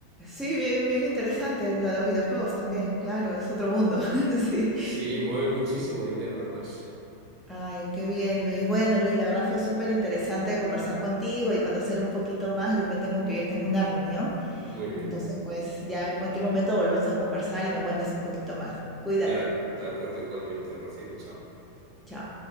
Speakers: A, in the centre; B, on the right (about 40°).
A: Sí, bien, bien interesante. La de los videojuegos también, claro, es otro mundo, <laughs> sí.
B: Sí, mueve muchísimo dinero además.
A: Ay, qué bien, Luis. Bueno, Luis, la verdad fue súper interesante conversar contigo y conocer un poquito más. Yo me tengo que ir, tengo una reunión.
B: Muy bien.
A: Entonces, pues ya en cualquier momento volvemos a conversar y me cuentas un poquito más. Cuídate.
B: De, ac- de acuerdo igualmente, Rocío. Chao.
A: Chao.